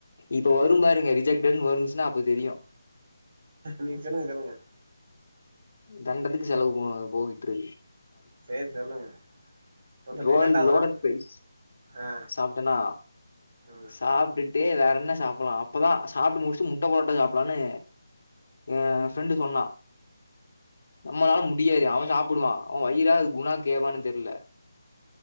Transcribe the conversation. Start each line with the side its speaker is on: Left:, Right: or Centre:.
Left: இப்ப வரு பாருங்க ரிஜெக்ட்டட் னு வன்ச்சுன்னா அப்ப தெரியு
Right: நீங்க சொல்லுங்க சொல்லுங்க
Left: தண்டத்துக்கு செலவு போ போயிட்ரு
Right: சேரி சொல்லுங்க முதல்ல
Left: <unintelligible>
Right: இரண்டாவது நாள்
Left: பெரிஸ்
Right: ஆ
Left: சாப்ட்டேனா
Right: ம்
Left: சாப்ட்டு ட்டே வேற என்ன சாப்பலா அப்பதா சாப்ட்டு முட்ச்சு முட்ட பொரோட்டா சாப்பலான்னு எ ஃப்ரெண்டு சொன்னா நம்மளால முடியாது அவன் சாப்பிடுவான் அவன் வயிறா அது குணா கேவான்னு தெரில